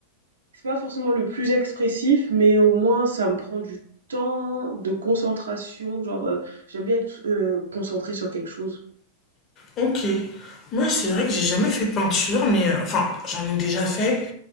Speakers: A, on the right; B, on the left.
A: C'est pas forcément le plus expressif, mais au moins ça me prend du temps de concentration. Genre, euh, j'aime bien être euh, concentrée sur quelque chose.
B: Ok, moi, c'est vrai que j'ai jamais fait de peinture, mais euh, enfin, j'en ai déjà fait,